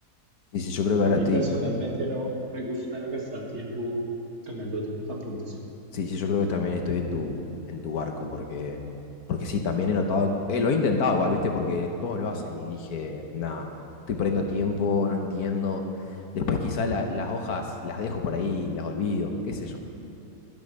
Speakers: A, on the left; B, on the right.
A: Sí, sí, yo creo que ahora
B: A mí
A: estoy...
B: personalmente no, no me gusta gastar tiempo tomando atu- apuntes.
A: Sí, sí, yo creo que también estoy en tu, en tu barco, porque, porque sí, también he notado, eh, lo he intentado igual, ¿viste? Porque todos lo hacen y dije, nada, estoy perdiendo tiempo, no entiendo. Después quizá la- las hojas las dejo por ahí, las olvido, qué sé yo.